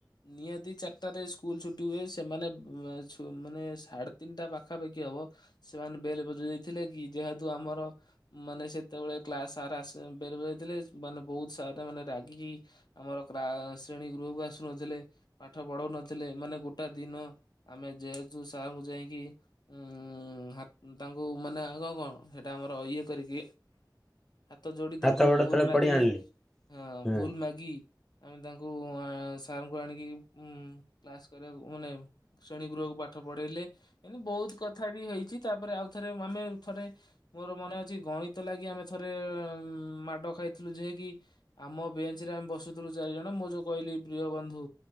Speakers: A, on the left; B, in the centre.
A: ନିହାତି ଚାରିଟାରେ ସ୍କୁଲ ଛୁଟି ହୁଏ ସେମାନେ ବୁ ଛୁ ମାନେ ସାଢ଼େ ତିନିଟା ପାଖାପାଖି ଦବ ସେମାନେ ବେଲ୍ ବଜେଇ ଦେଇଥିଲେ କି ଯେହେତୁ ଆମର ଉଁ ମାନେ ସେତେବେଳେ କ୍ଲାସ୍ ସାର୍ ଆସି ବେଲ୍ ବଜେଇଥିଲେ ମାନେ ବହୁତ ସାରେମାନେ ରାଗିକି ଆମର କ୍ରା ଶ୍ରେଣୀ ଗୃହକୁ ଆସୁନଥିଲେ ପାଠ ପଢ଼ଉ ନଥିଲେ ମାନେ ଗୋଟା ଦିନ ଆମେ ଯେହେତୁ ସାର୍ ଙ୍କୁ ଯାଇକି ଉଁ ହା ତାଙ୍କୁ ମାନେ ଆଗ କ ହେଟା ଆମର ଇଏ କରିକି ହାତ ଯୋଡ଼ି
B: ହାତ
A: ତାଙ୍କୁ
B: ଗୋଡ
A: ଭୁଲ୍
B: ତଳେ
A: ମାଗି
B: ପଡି ଆଣିଲେ।
A: ଅଁ
B: ହୁଁ
A: ଭୁଲ୍ ମାଗି ଆମେ ତାଙ୍କୁ ଉଆଁ ସାର୍ ଙ୍କୁ ଆଣିକି ଉଁ କ୍ଲାସ୍ କରିବାକୁ ମାନେ ଶ୍ରେଣୀ ଗୃହକୁ ପାଠ ପଢ଼େଇଲେ। ଏନି ବହୁତ କଥା ବି ହେଇଛି ତାପରେ ଆଉ ଥରେ ଆମେ ଥରେ ମୋର ମନେ ଅଛି ଗଣିତ ଲାଗି ଆମେ ଥ ଥରେ ମାଡ଼ ଖାଇ ଥୁଲୁ ଯେହେକି ଆମ ବେଞ୍ଚ୍ ରେ ଆମେ ବସୁଥିଲୁ ଚାରି ଜଣ ମୁଁ ଯୋଉ କହିଲି ପ୍ରିୟ ବନ୍ଧୁ